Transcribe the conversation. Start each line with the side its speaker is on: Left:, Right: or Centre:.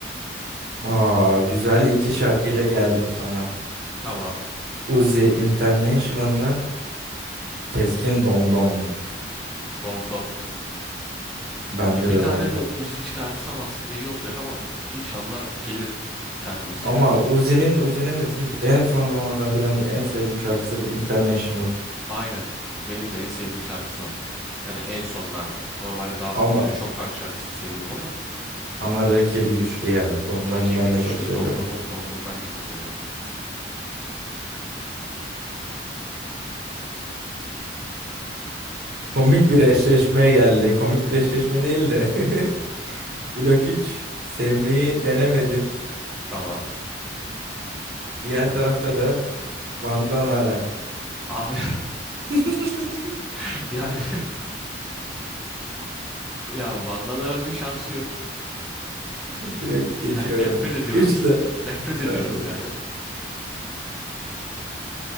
Right: Aa, güzel iki şarkıyla geldim sana.
Centre: Tamam.
Right: Uzi International mı? Keskin Domdom mu?
Centre: Domdom.
Right: Bence
Centre: Ve bir
Right: de
Centre: tane
Right: Domdom.
Centre: de Uzi çıkartsam aslında iyi olacak ama inşallah gelir bir tane Uzi.
Right: Ama Uzi'nin Uzi'nin de şu en son zamanlarda bence en sevdiğim şarkısı bu International.
Centre: Aynen. Benim de en sevdiğim şarkısı o. Yani en sonlarda. Normalde daha f-
Right: Ama
Centre: tabii çok farklı şarkısını seviyorum ama
Right: ama rakibi güçlü ya. Domdom'u
Centre: rakibi
Right: ben
Centre: güçlü.
Right: de çok seviyorum.
Centre: Domdom'u Domdom'u ben de çok severim.
Right: Komik bir eşleşmeye geldi. Komik bir eşleşme değil de. <laughs> Blok 3 Semih'i denemedin.
Centre: Tamam.
Right: Diğer tarafta da Vandanara.
Centre: Abi
Right: <laughs>
Centre: <laughs> yani <laughs> ya Van Danara'nın şansı yok.
Right: Direkt geçiyorum.
Centre: Yani nefret
Right: <laughs>
Centre: ediyorum.
Right: Güçle
Centre: Nefret ediyorum
Right: ben de.
Centre: yani.